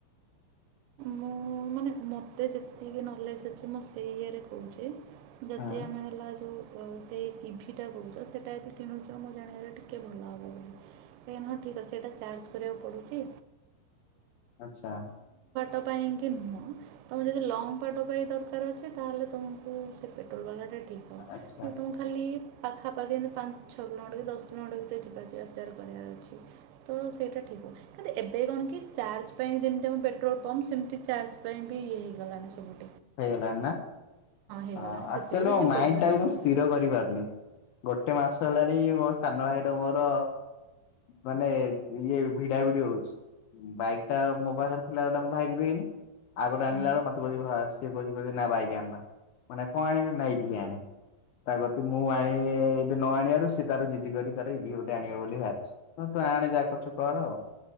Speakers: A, on the right (about 80°); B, on the left (about 65°).
A: ମୁଁ ମାନେ ମୋତେ ଯେତିକି ନଲେଜ୍ ଅଛି ମୁଁ ସେଇ ଇଏରେ କୋହୁଚି ଯଦି
B: ହଁ
A: ଆମେ ହେଲା ଯୋଉ ଉଁ ସେଇ ଇଭିଟା କୋହୁଚ ସେଟା ଏତେ କିଣୁଚ। ମୁଁ ଜାଣିବାରେ ଟିକିଏ ଭଲ ହବ ବୋଲି। ଏଁ ନା ଠିକ୍ ଅଛି। ସେଇଟା ଚାର୍ଜ କରିବାକୁ ପଡୁଚି।
B: ଆଚ୍ଛା।
A: ତମ ପାଇଁ କି ମୋ ତମେ ଯଦି ଲଙ୍ଗ ବାଟ ପାଇଁ ଦରକାର ଅଛି ତାହେଲେ ତୁମୁକୁ ସେ ପେଟ୍ରୋଲ ବାଲା ଟା
B: ଆଚ୍ଛା
A: ମୁଁ ତୁମକୁ ଖାଲି ପାଖାପାଖି ଏମିତି ପାଞ୍ଚ ଛଅ କିଲୋମିଟର କି ଦଶ କିଲୋମିଟର ଭିତରେ ଯିବାର ଆସିବାର କରିବାର ଅଛି। ତ ସେଇଟା ଠିକ୍। କିନ୍ତୁ ଏବେ କଣ କି ଚାର୍ଜ ପାଇଁ ଯେମିତି ଆମ ପେଟ୍ରୋଲ ପମ୍ପ ସେମିତି ଚାର୍ଜ ପାଇଁ ବି ଇଏ ହେଇଗଲାଣି ସବୁ।
B: ହେଇଗଲାଣି ନା
A: ହେଇଗଲାଣି
B: ହଁ
A: ସେଥିରେ
B: ଆକଚ୍ୟୁଲି
A: ବି
B: ମୋ
A: କିଛି
B: ମାଇଣ୍ଡିଟା
A: ପ୍ରୋବ୍ଲେମ୍
B: କୁ
A: ନାହିଁ
B: ମୁଁ ସ୍ଥିର କରିପାରୁନି। ଗୋଟେ ମାସ ହେଲାଣି ମୋ ସାନ ଭାଇର ମୋର ମାନେ ଇଏ ଭିଡା ଭିଡି ହୋଉଚି। ବାଇକ୍ ଟା ମୋ ପାଖରେ ଥିଲା ଗୋଟା ମୁଁ ଭାଇକି ଦେଇଦେନି ଆଉ ଗୋଟେ
A: ହଁ
B: ଆଣିଲା ବେଳୁକୁ ମତେ କୋହୁଚି ଭାସ ସିଏ କୋହୁଚି କୋହୁଚି ନା ବାଇକ୍ ଆଣେନା। ମାନେ କଣ ଆଣିବି ନା ଇଭି ଆଣେ। ତା କତୁରୁ ମୁଁ ଆଣି ବି ନ ଆଣିବାରୁ ସେ ତାର ଜିଦି କରି ତାର ଇଭି ଗୋଟେ ଆଣିବ ବୋଲି ଭାହାରିଚି ହଁ ତୁ ଆଣେ ଯାହା କୁରୁଚୁ କର ଆଉ।